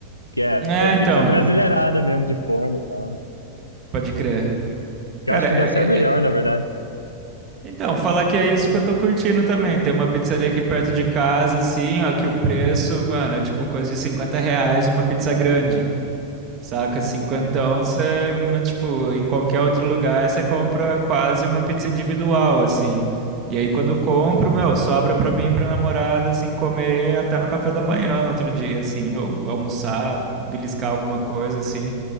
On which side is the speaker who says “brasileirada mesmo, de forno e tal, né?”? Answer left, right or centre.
Left